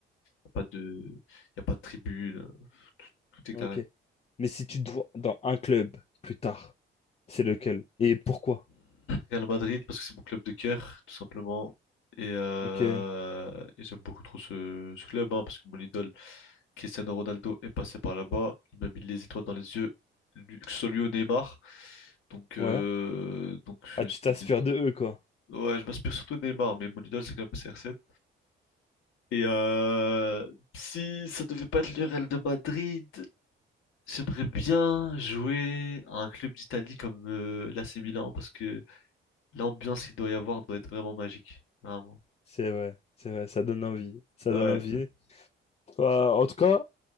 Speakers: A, on the left; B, on the left.
A: Y a pas de, y a pas de tribune, euh, tout est carré.
B: Ok. Mais si tu te vois dans un club plus tard, c'est lequel? Et pourquoi?
A: Real Madrid, parce que c'est mon club de cœur, tout simplement. Et, euh,
B: Ok,
A: et j'aime beaucoup trop ce, ce club, hein, parce que mon idole, Cristiano Ronaldo, est passé par là-bas. Il m'a mis les étoiles dans les yeux, lui- que ce soit lui ou Neymar. Donc, euh,
B: ouais.
A: donc
B: Ah,
A: euh,
B: tu
A: c'est
B: t'inspires
A: de mes
B: de eux, quoi.
A: Ouais, je m'inspire surtout de Neymar, mais mon idole, c'est quand même CR7. Et euh, si ça devait pas être le Real de Madrid, j'aimerais bien jouer à un club d'Italie comme euh, l'AC Milan parce que l'ambiance qu'il doit y avoir doit être vraiment magique. Vraiment.
B: C'est vrai, c'est vrai, ça donne envie. Ça
A: Ouais.
B: donne envie. Bah, en tout cas,